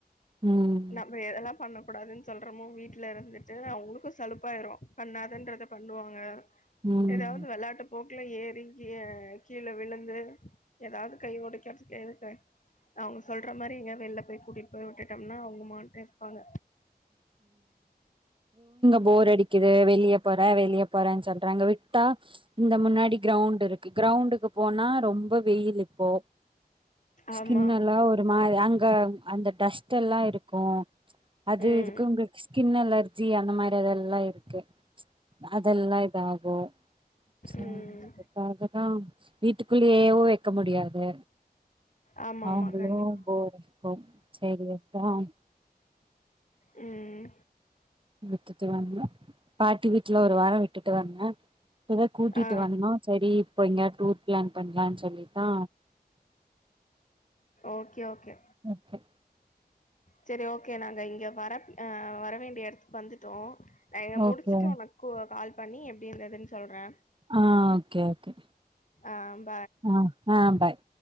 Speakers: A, on the right; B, on the left.
A: ம்
B: நம்ம எதெல்லாம் பண்ண கூடாதுன்னு சொல்றோமோ வீட்டுல இருந்துட்டு அவங்களுக்கும் சலுப்பாயிரும். பண்ணாதன்கிறத பண்ணுவாங்க.
A: ம்
B: ஏதாவது விளையாட்டு போக் ல ஏறி கீகீழ விழுந்து ஏதாவது கை உடைக்கதுக்கு எதுக்கு அவங்க சொல்ற மாதிரி எங்க வெளில போய் கூட்டிட்டு போய் விட்டுட்டோம்னா அவங்க மாட்கு இருப்பாங்க.
A: ஃபோர் அடிக்குது வெளியே போறே வெளிய போற சொல்றங்க விட்டா இந்த முன்னாடி கிரவுண்ட் இருக்கு கிரவுண்ட்க்கு போனா ரொம்ப வெயில் இப்போ ஸ்கின்
B: ஆமா
A: எல்லாம் ஒரு மாதிரி அங் க அந்த டஸ்ட்டெல்லா இருக்கு அது
B: ம்
A: இதுக்குங்குப்ஸ் கின் அலர்ஜி அந்த மாரிதெல்லா இருக்கு அதெல்லா இதாகு சேர்
B: ம்
A: அதுக்காக ஆம் வீட்டுக்குள்ளே ஏவோ வெக்க முடியாது
B: ஆமா
A: அவுங்களுக்கு
B: ஆமா கண்டிப்பா
A: ஃபோர் அடிக்கும் செரி அத்தான்
B: உம்
A: விட்டுட்டு வந்தோ பாட்டி வீட்டுல ஒரு வாரோ விட்டுட்டு வந்தே இப்பதா கூட்டிட்டு
B: ஆ
A: வண்ணோ சேரி இப்ப எங்கிய டூர் பிளான் பண்ணலான்னு சொல்லித்தா
B: ஓகே ஓகே
A: ஓகே
B: சேர் ஓ கே நாங்க இங்க வரப் அஹ் வரவேண்டிய எடத்துக்கு வந்துட்டோ நா இங்க முடுச்சுட்டு
A: ஓகே
B: உனக் கூ கால் பண்ணி எப்டி இருந்ததுன் சொல்றே
A: ஆஹா ஓக்கே ஓகே
B: ஆம்
A: அ ஆ பாய்